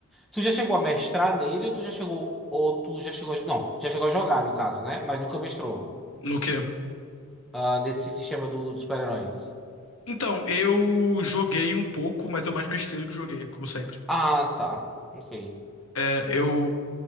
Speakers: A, in the centre; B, on the left (about 75°).
A: Tu já chegou a mestrar nele ou tu já chegou. Ou tu já chegou. a- Não, já chegou a jogar, no caso, né? Mas nunca mestrou.
B: No quê?
A: Ah, nesse sistema do- dos super-heróis.
B: Então, eu joguei um pouco, mas eu mais mestrei do que joguei, como sempre.
A: Ah, tá. Ok.
B: É, eu.